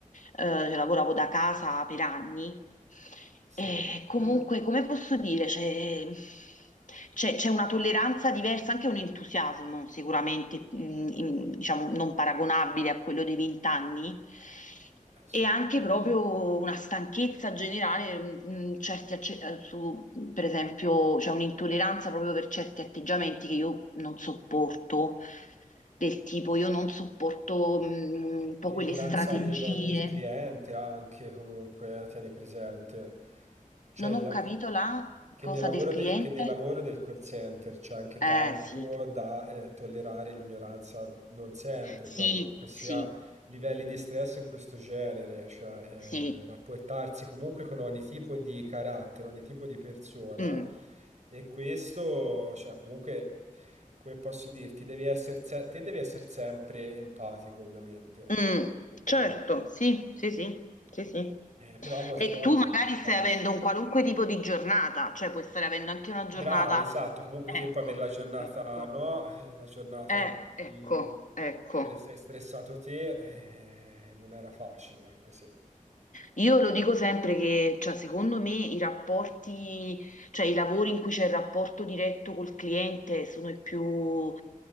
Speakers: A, on the left; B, on the right.
A: eh, lavoravo da casa per anni.
B: Sì,
A: E
B: eh,
A: Mm. comunque, come posso dire, c'è c'è- c'è una tolleranza diversa, anche un entusiasmo sicuramente, mm, in- diciamo, non paragonabile a quello dei vent'anni.
B: sì.
A: E anche proprio una stanchezza generale, mh, mh, certi acce- eh, su, mh, per esempio, c'è un'intolleranza proprio per certi atteggiamenti che io non sopporto, del tipo io non sopporto mh, un
B: L'ignoranza
A: po' quelle strategie.
B: del, del cliente anche comunque, eh, tieni presente. Cioè,
A: Non
B: il
A: ho
B: lav-
A: capito la
B: che
A: cosa
B: nel lavoro,
A: del cliente?
B: de- che nel lavoro del call center c'è anche
A: Eh
B: tanto
A: sì,
B: da eh, tollerare l'ignoranza, non sempre,
A: sì,
B: però comunque sia
A: sì,
B: livelli di stress in questo genere, cioè eh,
A: sì,
B: rapportarsi comunque con ogni tipo di carattere, ogni tipo di persona,
A: Mm,
B: e questo, cioè comunque, come posso dirti, devi essere, se- te devi essere sempre empatico, ovviamente,
A: mm,
B: cioè, di-
A: certo, sì, sì, sì, sì, sì.
B: eh, però molte
A: E
B: volte
A: tu magari
B: non è
A: stai
B: facile.
A: avendo un qualunque tipo di giornata, cioè puoi stare avendo anche una giornata.
B: Brava, esatto. Comunque
A: Ecco,
B: te puoi avere la giornata,
A: ecco,
B: no? Eh, La giornata
A: eh,
B: in cui
A: ecco, ecco.
B: stre- sei stressato te, eh, non era facile, ecco sì.
A: Io lo dico sempre che, cioè, secondo me i rapporti, cioè i lavori in cui c'è il rapporto diretto col cliente sono i più,